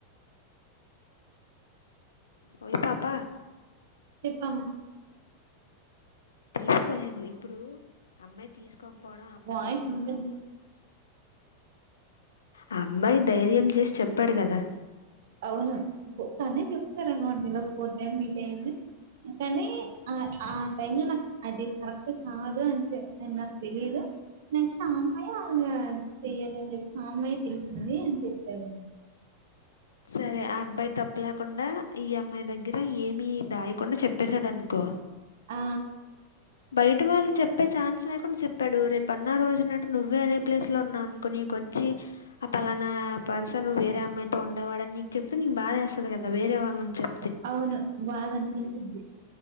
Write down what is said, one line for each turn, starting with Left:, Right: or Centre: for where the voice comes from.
Left: ఓయ్ పాప
Right: చెప్పమ్మ
Left: తీసుకోలేదు. ఇప్పుడు అమ్మాయి తీసుకోకపోవడం ఆ అమ్మాయి
Right: వాయిస్
Left: తప్పు.
Right: వినిపించ
Left: ఆ అబ్బ ఆ అబ్బాయి ధైర్యం చేసి చెప్పాడు కదా!
Right: అవును. త తనే చెప్ సరెమో నిలవక పో టైం మీట్ అయింది కానీ ఆ ఆ టైమ్ లో నాకు అది కరెక్ట్ కాదు అని చె అ నాకు తెలీదు నస్ అమ్మాయి అనగా చెయ్యదుని చెప్పిసి ఆ అమ్మాయి పిలిచింది అని చెప్పారు
Left: సరే ఆ అబ్బాయి తప్పు లేకుండా ఈ అమ్మాయి దగ్గర ఏమి దాయకుండా చెప్పేశాడునుకో
Right: ఆ
Left: బయట వాళ్ళు చెప్పే ఛాన్స్ లేకుండా చెప్పాడు రేపు అన్న రోజునంటు నువ్వే అదే ప్లేస్ లో ఉన్నాను కో నీకొచ్చి ఆ పలానా పరుసను వేరే అమ్మాయితో ఉండేవాడుని నీకు చెప్తే నీకు బాధేస్తాది కదా అ వేరే వాళ్ళు నుంచొని
Right: అవును బాధనే పిచిద్ది